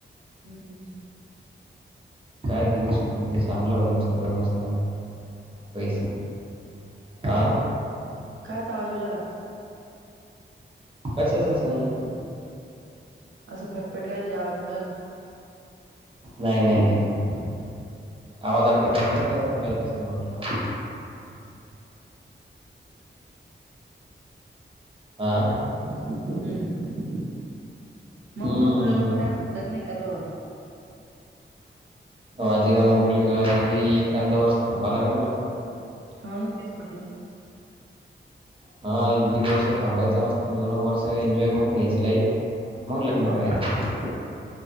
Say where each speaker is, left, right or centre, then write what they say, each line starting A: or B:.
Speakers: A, on the right; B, on the right.
A: हम्म
B: काय दिवस होतील तर चांगला होईन सगळं मस्त पैसे आं
A: काआचा आवाज येऊ राहिला
B: कशाचाच नाही.
A: असं फटफट काय तरी आवाज येऊन रायला.
B: नाय नाय नाय नाय आवाज अडकत असन तसा तुला येत असण म्हंटल्यावर आ
A: हम्म मंग
B: हम्म
A: नोकरी लागल्यावर काय म्हटलं लग्न हाय का तूअ
B: अजीवान ओखले <unintelligible> की एखाद वर्ष थांबायला लागल ना
A: हा ना तेच म्हटलं
B: हा एक दीड वर्ष थांबायचा मस्त दोनक वर्ष एन्जॉय करून घ्यायची लाईफ मंग लग्न
A: हो
B: करायचं.
A: का